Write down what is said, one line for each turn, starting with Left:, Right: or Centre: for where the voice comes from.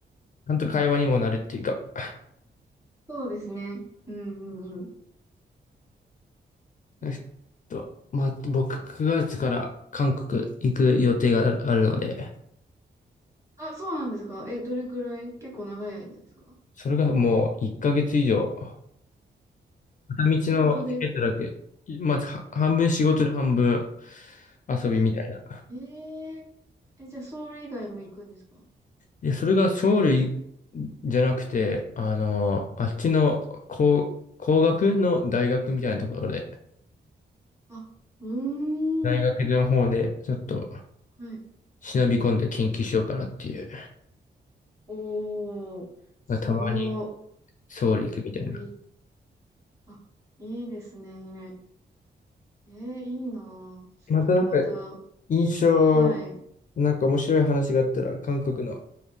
Left: ゃんと会話にもなるっていうか。<laughs>
Right: そうですね。うんうんうん。いや。
Left: えっと、まあ、僕、9月から韓国行く予定がある、あるので、
Right: あ、そうなんですか。え、どれくらい結構長い間ですか
Left: それがもう1ヶ月以上、片道のチケットだけ、
Right: 仕事で。
Left: まあ、は半分仕事で半分遊びみたいな。
Right: あ、えええ、じゃあソウル以外も行くんですか
Left: で、それがソウルいじゃなくて、あの、あっちの工、工学の大学みたいなところで、
Right: あ、うーん。
Left: 大学の方で、ちょっと、
Right: はい。
Left: 忍び込んで研究しようかなっていう。
Right: おー、すごー。
Left: たまに、
Right: かっ
Left: ソウル行くみたいな。
Right: こいい。あ、いいですね。えー、いいなぁ。ちょっとまた、
Left: またなんか、印象、
Right: はい。
Left: なんか面白い話があったら、韓国の